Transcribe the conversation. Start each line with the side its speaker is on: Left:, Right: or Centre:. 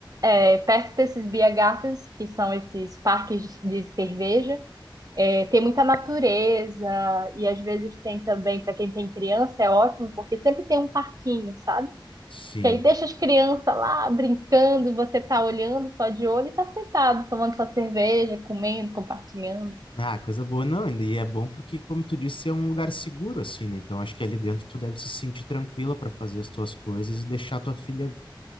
Right: é, perto desses Biergartens, que são esses parques de, de cerveja, é, tem muita natureza e às vezes tem também, para quem tem criança, é ótimo, porque sempre tem um parquinho, sabe?
Left: Sim.
Right: Que aí deixa as crianças lá brincando e você tá olhando só de olho e tá sentado, tomando sua cerveja, comendo, compartilhando.
Left: Ah, coisa boa, não, e é bom porque, como tu disse, é um lugar seguro, assim, né? Então, acho que ali dentro tu deve se sentir tranquila para fazer as tuas coisas e deixar tua filha